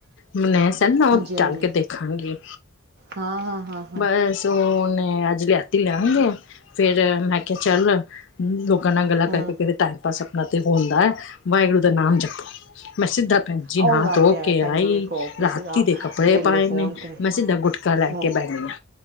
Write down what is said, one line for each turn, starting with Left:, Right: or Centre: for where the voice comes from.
Left: ਮਨੇ ਨਾ
Right: ਹਾਂਜੀ
Left: ਓ
Right: ਹਾਂਜੀ
Left: ਚੱਲ ਕੇ ਦੇਖਾਂਗੀ
Right: ਹਾਂ ਹਾਂ ਹਾਂ ਹਾਂ
Left: ਬਸ ਓਨੇ ਨੇ ਅੱਜ ਲਿਆਤੀ ਲਿਆਗੇ ਫੇਰ ਮੈਂਖਿਆ ਚੱਲ ਗਲਾ ਕਰਕੇ
Right: ਹੂੰ
Left: ਕਿਤੇ ਟਾਈਮ ਪਾਸ ਆਪਣਾ ਤੇ ਹੁੰਦੈ ਵਾਹਿਗੁਰੂ ਦਾ ਨਾਮ ਜਪੋ। ਮੈਂ ਸਿੱਧਾ ਭੈਣਜੀ
Right: ਉਹ
Left: ਨਾ
Right: ਗੱਲ
Left: ਧੋ
Right: ਤਾਂ ਹੈ
Left: ਕੇ
Right: ਭੈਣ
Left: ਆਈ
Right: ਜੀ ਦੇਖੋ ਕਿਸੇ
Left: ਰਾਤੀ
Right: ਦਾ
Left: ਦੇ ਕੱਪੜੇ
Right: ਵੇਲੇ
Left: ਪਾਏ
Right: ਫੋਨ
Left: ਨੇ
Right: 'ਤੇ
Left: ਮੈਂ ਸਿੱਧਾ ਗੁਟਕਾ ਲੈ
Right: ਫੋ
Left: ਕੇ ਬੇਨੀਆਂ